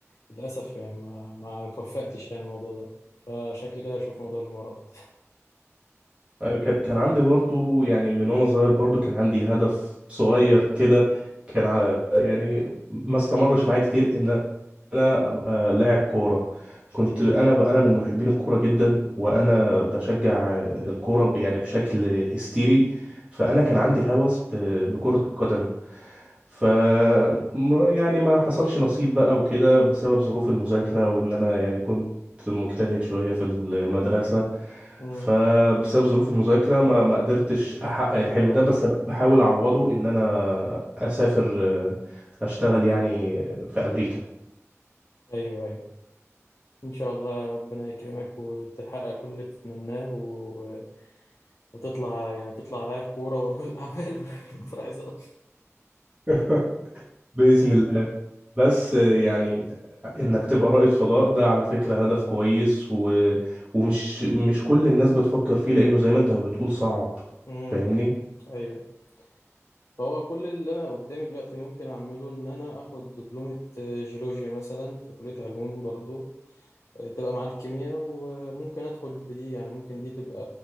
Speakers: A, on the left; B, on the right.
A: للأسف يعني ما ما توفقتش يعني الموضوع ده فشكلي كده أشوف موضوع الإمارات
B: أيوة، كان كان عندي برضو يعني من وانا صغير برضو كان عندي هدف صغير كده كان ع- يعني ما استمرش معايا كتير ان انا ابقى لاعب كوره كنت انا ب... انا من محبين الكوره جدا وانا
A: امم
B: بشجع الكوره ب- يعني بشكل هستيري فانا
A: امم
B: كان عندي هوس ب... بكره القدم ف م- يعني ما حصلش نصيب بقى وكده بسبب ظروف المذاكره وان انا يعني كنت مجتهد شويه في المدرسه
A: امم
B: فبسبب ظروف المذاكره ما ما قدرتش احقق الحلم ده بس بحاول اعوضه ان انا اسافر آه، اشتغل يعني في امريكا
A: أيوه أيوه إن شاء الله ربنا يكرمك وتحقق كل اللي بتتمناه و... وتطلع يعني تطلع لاعب كورة ورجل أعمال <laughs> ودكتور عظام
B: <laughs> بإذن الله بس يعني إنك تبقى رائد فضاء ده على فكرة هدف كويس و... ومش مش كل الناس بتفكر فيه لأنه زي ما أنت ما بتقول صعب
A: امم
B: فاهمني؟
A: <laughs> أيوه فهو كل اللي أنا قدامي دلوقتي ممكن أعمله إن أنا آخد دبلومة جيولوجيا مثلا في كلية علوم برضو تبقى مع الكيمياء وممكن أدخل بدي يعني ممكن دي تبقى